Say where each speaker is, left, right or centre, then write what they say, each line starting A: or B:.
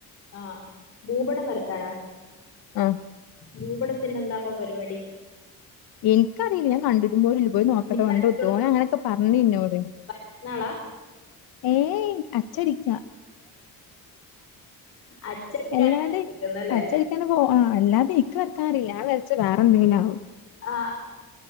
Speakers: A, on the left; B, on the left.
A: ആ. ഭൂപടം വരക്കാനാ?
B: ആഹ്
A: ഭൂപടത്തിന്റെ എന്താപ്പ പരിവാടി
B: എനിക്കറിയില്ല ഞാൻ കണ്ടിട്ട പോല പോയി നോക്കട്ടെ
A: നീ
B: ഓന്റെ
A: വരച്ചു
B: എരുത്ത്
A: കൊടു
B: ഓന് അങ്ങനെയൊക്കെ പറഞ്ഞു ഇന്നോട്.
A: വരക്കുന്നാളാ
B: ഏയ് അച്ചടിക്ക
A: അച്ചയ്ക്കാണ്
B: അല്ലാതെ
A: കിട്ടുന്നല്ലേ
B: അച്ചടിക്കാനോ പോ ആഹ് അല്ലാതെ വക്കാറില്ല ഞാ വേച്ച വേറെന്തേലും ആവും
A: ആ